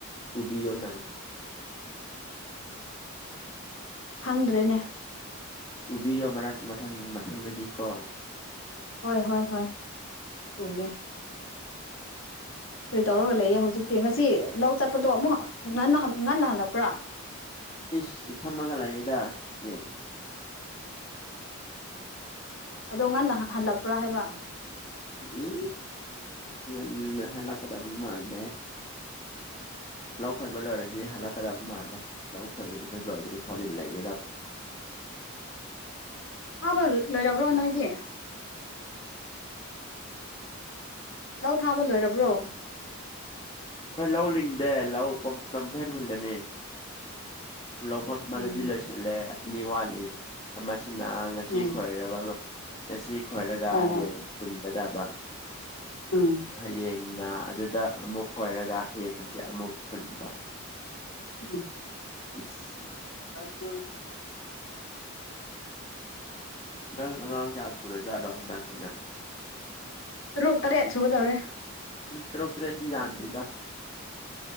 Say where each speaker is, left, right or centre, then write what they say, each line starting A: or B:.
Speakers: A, on the left; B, on the left.
A: ꯄꯨꯕꯤꯌꯣꯅ
B: ꯈꯪꯗ꯭ꯔꯦꯅꯦ
A: ꯄꯨꯕꯤꯌꯣ ꯃꯔꯛ ꯃꯊꯪ ꯃꯊꯪꯗꯗꯤ ꯀꯣ
B: ꯍꯣꯏ ꯍꯣꯏ ꯍꯣꯏ ꯄꯨꯒꯦ ꯀꯔꯤ ꯇꯧꯔꯒ ꯂꯩꯌꯦ ꯍꯧꯖꯤꯛꯇꯤ ꯉꯁꯤ ꯂꯧ ꯆꯠꯄꯗꯣ ꯑꯃꯨꯛ ꯉꯟꯅ ꯉꯟꯅ ꯍꯜꯂꯛꯄ꯭ꯔꯥ
A: ꯏꯁ ꯐꯝꯃꯒ ꯂꯥꯛꯌꯦꯗ ꯁꯦ
B: ꯑꯗꯣ ꯉꯟꯅ ꯍꯜꯂꯛꯄ꯭ꯔꯥ ꯍꯥꯏꯕ
A: ꯎꯝ ꯉꯟꯅ ꯍꯂꯛꯀꯗꯕ ꯃꯥꯟꯗꯦ ꯂꯧ ꯈꯣꯏꯕ ꯂꯣꯏꯔꯗꯤ ꯍꯜꯂꯛꯀꯗꯕ ꯃꯥꯜꯂꯦ ꯂꯧ ꯈꯣꯏꯕ ꯂꯣꯏꯗ꯭ꯗꯤ ꯐꯥꯎꯗꯤ ꯂꯩꯒꯗꯕ
B: ꯐꯥꯕ ꯂꯣꯏꯔꯕ꯭ꯔꯣ ꯅꯣꯏꯗꯤ ꯂꯧ ꯊꯥꯕ ꯂꯣꯏꯔꯕ꯭ꯔꯣ
A: ꯑꯩꯈꯣꯏ ꯂꯧ ꯂꯤꯡꯗꯦ ꯂꯧ ꯄꯝꯐꯦꯟ ꯍꯨꯟꯒꯅꯤ ꯂꯧꯐꯝ ꯑꯃꯗꯗꯤ
B: ꯎꯝ
A: ꯂꯣꯏꯁꯤꯜꯂꯦ ꯑꯅꯤ ꯋꯥꯠꯂꯤ ꯃꯁꯤꯅ ꯉꯁꯤ
B: ꯎꯝ
A: ꯈꯣꯏꯔꯕ ꯉꯁꯤ ꯈꯣꯏꯔꯒ
B: ꯑꯣ
A: ꯍꯌꯦꯡ ꯍꯨꯟꯒꯗꯕ
B: ꯎꯝ꯫
A: ꯍꯌꯦꯡꯅ ꯑꯗꯨꯗ ꯑꯃꯨꯛ ꯈꯣꯏꯔꯒ ꯍꯌꯦꯡ ꯍꯥꯡꯆꯤꯠ ꯑꯃꯨꯛ ꯍꯨꯟꯕ꯫
B: <unintelligible>
A: ꯑꯁ ꯅꯪ ꯑꯉꯥꯡ ꯀꯌꯥ ꯁꯨꯔꯖꯥꯠꯂꯣ ꯍꯟꯗꯛꯁꯤꯅ
B: ꯇꯔꯨꯛ ꯇꯔꯦꯠ ꯁꯨꯒꯗꯧꯔꯦ
A: ꯎꯝ ꯇꯔꯨꯛ ꯇꯔꯦꯠꯇꯤ ꯌꯥꯝꯗꯦꯗ